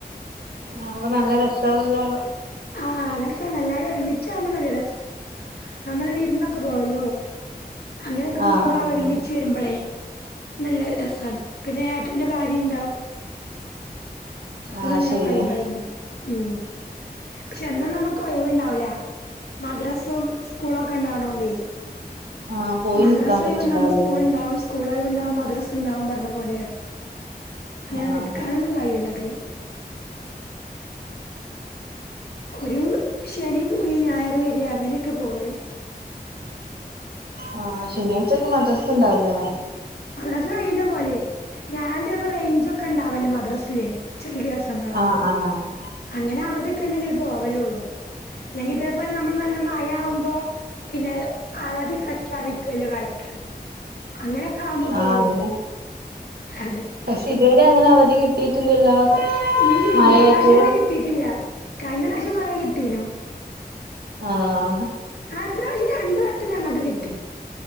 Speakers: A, on the right; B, on the left.
A: ആഹ് അപ്പൊ നല്ല രസാവല്ലോ
B: ആഹ് രസാണ് എല്ലാരും ഒരുമിച്ച ആമ്പോ നല്ല രസം നമ്മള് വീരന്നൊക്കെ പോവല്ലോ അങ്ങനൊക്കെ
A: ആഹ്
B: മൂന്നാള്
A: ആഹ്
B: ഒരുമിച്ച് തീരുമ്പളേ നല്ല രസാണ് പിന്നെ ഏട്ടന്റെ ഭാരിണ്ടാവും അപ്പൊ
A: ആഹ്
B: നല്ല
A: ശെരിയാ
B: വൈബായിരുന്നു ഉം പക്ഷെ എന്നും നമുക്ക് ഒയിവുണ്ടാവില്ല മദ്രസും സ്കൂളൊക്കെ ഇണ്ടാവണോണ്ടേ
A: ആഹ് പോയി
B: മദ്രസ
A: നിക്കാൻ പറ്റ്ണ്ടാവില്ലല്ലേ
B: ഒഴിവുണ്ടാവുമ്പോ സ്കൂള് ഇണ്ടാവും സ്കൂളോഴിവ് ണ്ടാവുമ്പോ മദ്രസ ഇണ്ടാവും പറഞ്ഞ പോലെയാണ്. അങ്ങനെ
A: ആഹ്
B: നിക്കാനൊന്നും കഴിവില്ല അധികം ഒരു ശനി പോയി ഞായർ വരിയ അങ്ങനെയൊക്കെ പോവല്.
A: ആ ശനിയാഴ്ചൊക്കെ മദ്രസ ണ്ടാവൂലെ?
B: മദ്റസ് കഴിഞ്ഞിട്ടാ പോവല് ഞാൻ ചെലപ്പോ റേഞ്ച് ഒക്കെ ണ്ടാവല്ലോ മദ്റസില് ചെല ദിവസങ്ങൾ
A: ആഹ് ആഹ്
B: അങ്ങനെ അവധിയൊക്കെ ണ്ടെങ്കിൽ പോവലുള്ളൂ ല്ലെങ്കി ഇതേ പോലെ നമ്മൾ നല്ല മയാ വുമ്പൊ പിന്നെ അവധി പ്രഖ്യാപിക്കുവല്ലോ കളക്ടർ അങ്ങനൊക്കാവുമ്പോ പോവും
A: ആഹ് അങ്ങനെ
B: അതെ
A: പക്ഷെ ഇതുവരെ അങ്ങനെ അവധി കിട്ടിയിട്ടില്ലല്ലോ
B: ഉം
A: മഴയായിട്ട്
B: ഇപ്രാവശ്യം അങ്ങനെ കിട്ടിയിട്ടില്ല. കഴിഞ്ഞ പ്രാവശ്യം കൊറേ കിട്ടീനു.
A: ആഹ്
B: ആ ഇപ്രാവശ്യം രണ്ട് വട്ടം ഞങ്ങക്ക് കിട്ടി.